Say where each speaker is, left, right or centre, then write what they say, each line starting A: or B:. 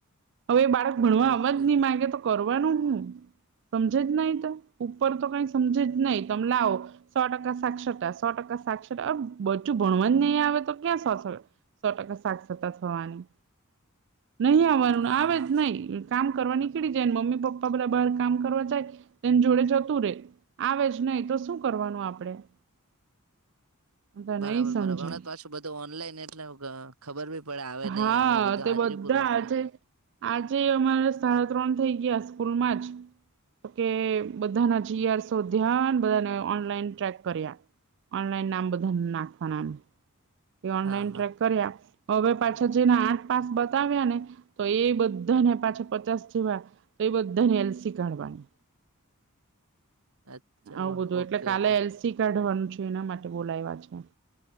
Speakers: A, on the right; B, on the right.
A: હવે બાળક ભણવા
B: ઓકે
A: અવા જ નહીં માંગે તો કરવાનું હું સમજે જ નહીિ તો ઉપર તો કઈ સમજે જ નહીિ તમે લાવો સો ટકા સાક્ષરતા સો ટકા સાક્ષરતા બચું ભણવા જ નહીં આવે તો ક્યાં સો થ સો ટકા સાક્ષતા થવાની નહી આવવાનું
B: હા
A: આવે
B: હા.
A: જ નહી. કામ કરવા નીકળી જાય ને મમ્મી પપ્પા બધા બહાર કામ કરવા જાય એને જોડે જતું રે આવે જ નહી તો શું કરવાનું આપડે- તો
B: બરાબર
A: નહી સમજે
B: બરાબર હણા પાછું બધું ઓનલાઈન એટલે ખબર બી પડે આવે નહી
A: હા
B: આવે બધું
A: તે
B: હાજરી
A: બધા
B: પૂરવા પડે.
A: આજે આજે અમારે સાડા ત્રણ થઈ ગયા સ્કૂલમાં જ તો કે બધાના જીઆરસો ધ્યાન બધાને ઓનલાઈન ટ્રેક કર્યા ઓનલાઈન નામ બધા નાખવા ના ઓનલાઈન
B: હા
A: ટ્રેક
B: હા.
A: કરી આપ હવે પાછા જેને આઠ પાસ બતાવ્યા ને તો એ બધા ને પાછા પચાસ જેવા તો એ બધાને એલસી કાઢવાની.
B: <inaudible> અચ્છા
A: આવું બધું
B: ઓકે
A: એટલે કાલે
B: ઓકે
A: એલસી કાઢવાનું છે એના માટે બોલાયવા છે.